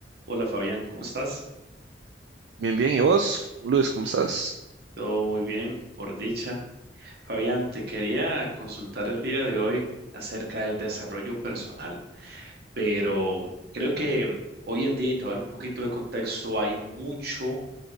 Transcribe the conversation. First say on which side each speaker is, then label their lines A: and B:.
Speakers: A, on the right (about 60°); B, on the right (about 80°).
A: Hola Fabián, ¿cómo estás?
B: Bien, bien. ¿Y vos, Luis, cómo estás?
A: Todo muy bien, por dicha. Fabián, te quería consultar el día de hoy acerca del desarrollo personal, pero creo que hoy en día, y te voy a dar un poquito de contexto, hay mucho